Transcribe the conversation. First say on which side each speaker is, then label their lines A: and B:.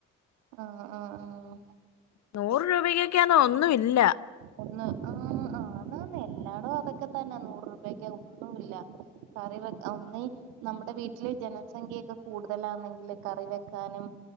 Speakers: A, on the right; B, on the left.
A: ആ ആ ആഹ
B: നൂറ് രൂപക്കൊക്കെയന്ന ഒന്നുമില്ല
A: ഒന്ന് ആ ആന്നന്ന് എല്ലാടോം അതൊക്കെ തന്ന നൂറ് രൂപക്ക ഒന്നുല്ല കറി വെ ഒന്നി നമ്മുടെ വീട്ടില് ജനസംഖ്യക്കെ കൂടുതലാണെങ്കില് കറി വെക്കാനും